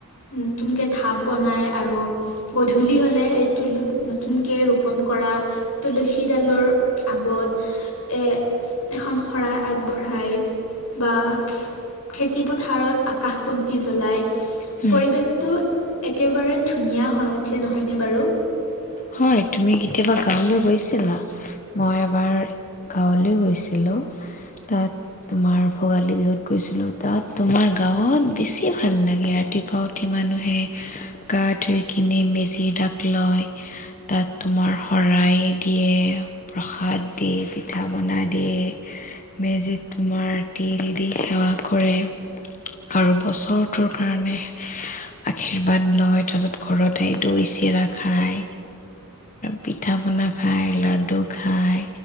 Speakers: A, on the left (about 75°); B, on the left (about 35°).
A: নতুনকে ঢাপ বনাই আৰু গধূলি হ'লে এই তুল নতুনকে ৰোপন কৰা তুলসীডালৰ আগত এ এখন শৰাই আগবঢ়াই বা খেতি পথাৰত আকাশ বন্তি জ্বলাই
B: উম,
A: পৰিৱেশটো একেবাৰে ধুনীয়া হয় উঠে নহয়নেে বাৰু
B: হয় তুমি কেতিয়াবা গাঁৱলৈ গৈছিলা মই এবাৰ গাঁৱলৈ গৈছিলো তাত তোমাৰ ভোগালী বিহুত গৈছিলো তাত তোমাৰ গাঁৱত বেছি ভাল লাগে ৰাতিপুৱা উঠি মানুহে গা ধুই কিনি মেজি দাক লয় তাত তোমাৰ শৰাই দিয়ে প্ৰসাদ দিয়ে পিঠা পনা দিয়ে মেজিত তোমাৰ তিল দি সেৱা কৰে আৰু বছৰটোৰ কাৰণে আশীৰ্বাদ লয় তাৰপাছত ঘৰত আহি দৈ চিৰা খাই পিঠা পনা খায় লাডু খাই